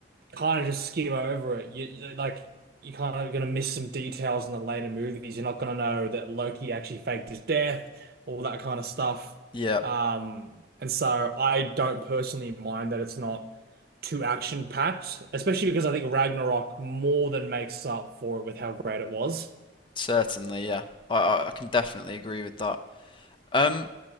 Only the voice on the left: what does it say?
Yeah,
certainly. Yeah, I, I, I can definitely agree with that. Um,